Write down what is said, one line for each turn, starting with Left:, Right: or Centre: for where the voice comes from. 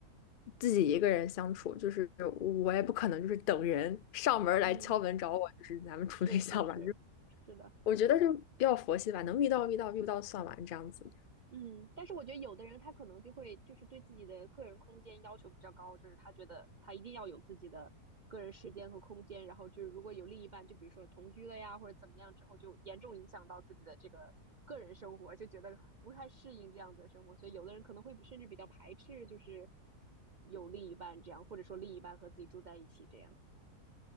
Left: 自己一个人相处，就是我也不可能就是等人上门来敲门找我，
Right: 嗯，
Left: 就是咱们处对象吧。
Right: 是是是是的。
Left: 就是我觉得就比较佛系吧，能遇到遇到，遇不到算完这样子。
Right: 嗯，但是我觉得有的人他可能就会就是对自己的个人空间要求比较高，就是他觉得他一定要有自己的个人时间和空间，然后就是如果有另一半，就比如说同居了呀或者怎么样之后，就严重影响到自己的这个个人生活，就觉得不太适应这样子的生活，所以有的人可能会甚至比较排斥，就是有另一半这样，或者说另一半和自己住在一起这样。